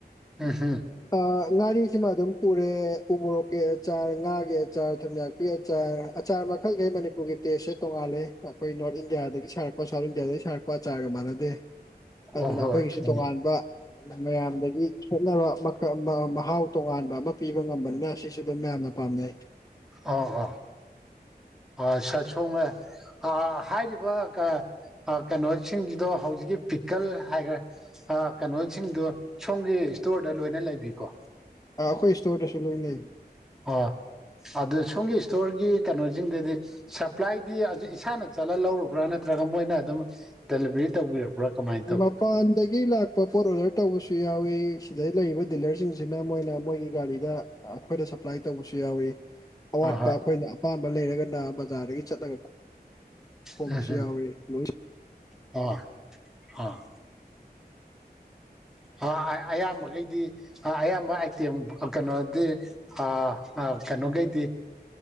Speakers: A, in the centre; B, on the left (about 20°).
A: ꯎꯝ ꯍꯝ
B: ꯑꯥ ꯉꯥꯔꯤꯁꯤꯃ ꯑꯗꯨꯝ ꯄꯨꯔꯦ ꯎ ꯃꯣꯔꯣꯛꯀꯤ ꯑꯆꯥꯔ ꯉꯥꯒꯤ ꯑꯆꯥꯔ ꯊꯨꯝ ꯌꯥꯛꯄꯤ ꯑꯆꯥꯔ ꯑꯆꯥꯔ ꯃꯈꯜꯈꯩ ꯃꯅꯤꯄꯨꯔꯒꯤ ꯇꯦꯁꯁ ꯇꯣꯡꯉꯥꯂꯦ ꯑꯩꯈꯣꯏ ꯅꯣꯔꯠ ꯏꯟꯗꯤꯌꯥꯗꯒꯤ ꯁꯥꯔꯛ ꯃꯣꯏ ꯁꯥꯎꯠ ꯏꯟꯗꯤꯌꯥꯗꯩ ꯁꯥꯔꯛꯄ ꯑꯆꯥꯔꯒ ꯃꯥꯟꯅꯗꯦ ꯑꯗꯨꯅ
A: ꯑꯣ ꯍꯣꯏ
B: ꯑꯩꯈꯣꯏꯒꯤꯁꯨ
A: ꯎꯝ
B: ꯇꯣꯉꯥꯟꯕ ꯃꯌꯥꯝꯗꯒꯤ ꯈꯦꯠꯅꯕ ꯃꯀ ꯃ ꯃꯍꯥꯎ ꯇꯣꯉꯥꯟꯕ ꯑꯃ ꯄꯤꯕ ꯉꯝꯕꯅꯤꯅ ꯁꯤꯁꯨ ꯑꯗꯨꯝ ꯃꯌꯥꯝꯅ ꯄꯥꯝꯅꯩ
A: ꯑꯥ ꯍꯥ ꯑ ꯁꯥ ꯁꯣꯉꯦ ꯑꯥ ꯍꯥꯏꯔꯤꯕ ꯀ ꯑ ꯀꯩꯅꯣꯁꯤꯡꯁꯤꯗꯣ ꯍꯧꯖꯤꯛꯀꯤ ꯄꯤꯀꯜ ꯍꯥꯏꯈ꯭ꯔꯦ ꯑ ꯀꯅꯣꯁꯤꯡꯗꯨ ꯁꯣꯝꯒꯤ ꯏꯁꯇꯣꯔꯗ ꯂꯣꯏꯅ ꯂꯩꯕꯤꯀꯣ
B: ꯑꯥ ꯑꯩꯈꯣꯏ ꯏꯁꯇꯣꯔꯗꯁꯨ ꯂꯣꯏ ꯂꯩ
A: ꯑꯣ ꯑꯗꯨ ꯁꯣꯝꯒꯤ ꯏꯁꯇꯣꯔꯒꯤ ꯀꯩꯅꯣꯁꯤꯡꯗꯨꯗꯤ ꯁꯄ꯭ꯂꯥꯏꯗꯤ ꯏꯁꯥꯅ ꯆꯠꯂ ꯂꯧꯔꯨꯕ꯭ꯔꯥ ꯅꯠ ꯅꯠꯇ꯭ꯔꯒ ꯃꯣꯏꯅ ꯑꯗꯨꯝ ꯗꯦꯂꯤꯚꯔꯤ ꯇꯧꯕꯤꯔꯛꯄ꯭ꯔꯥ ꯀꯃꯥꯏꯅ ꯇꯧꯋꯤ
B: ꯃꯄꯥꯟꯗꯒꯤ ꯂꯥꯛꯄ ꯄꯣꯠ ꯑꯣꯗꯔ ꯇꯧꯕꯁꯨ ꯌꯥꯎꯋꯤ ꯁꯤꯗꯩ ꯂꯩꯔꯤꯕ ꯗꯤꯂꯔꯁꯤꯡꯁꯤꯅ ꯃꯣꯏꯅ ꯃꯣꯏꯒꯤ ꯒꯥꯔꯤꯗ ꯑꯩꯈꯣꯏꯗ ꯁꯄ꯭ꯂꯥꯏ ꯇꯧꯕꯁꯨ ꯌꯥꯎꯋ ꯑꯋꯥꯠꯄ
A: ꯑ ꯍꯣꯏ
B: ꯑꯩꯈꯣꯏꯅ ꯑꯄꯥꯝꯕ ꯂꯩꯔꯒꯅ ꯕꯖꯥꯔꯗꯒꯤ ꯆꯠꯂꯒ ꯈꯣꯝꯕꯁꯨ
A: ꯎꯝꯝ
B: ꯌꯥꯎꯏ ꯂꯣꯏ
A: ꯍ ꯑꯣ ꯑꯣ ꯑ ꯑꯌꯥꯝꯕꯈꯩꯗꯤ ꯑꯌꯥꯝꯕ ꯑꯥꯏꯇꯦꯝ ꯀꯩꯅꯣꯗꯤ ꯑ ꯑ ꯀꯩꯅꯣꯒꯩꯗꯤ